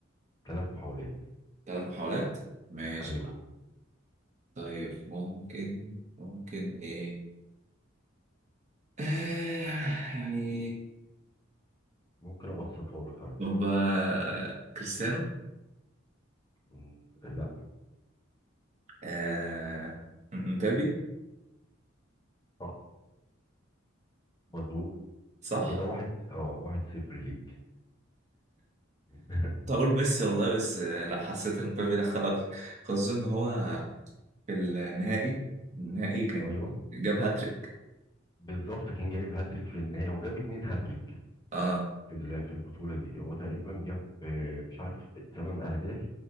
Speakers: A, on the left; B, on the right.
A: ثلاث محاولات
B: ثلاث محاولات ماشي
A: ايوه
B: طيب ممكن ممكن ايه؟ آه يعني
A: ممكن ابسطها لك على فكره
B: طب آه، كريستيانو
A: مم، لا
B: آه... مبابي
A: صح مظبوط
B: صح؟
A: كده واحد اه واحد صفر ليك <laughs>
B: كنت هقول ميسي والله بس آه، لا حسيت ان مبابي دخل اكتر خصوصا ان هو في النهائي النهائي كان
A: ايوه
B: جاب هاتريك
A: بالظبط كان جايب هاتريك في النهايه وجاب اتنين هاتريك
B: اه
A: في ال- في البطوله دي هو تقريبا جاب آه، مش عارف تمن اهداف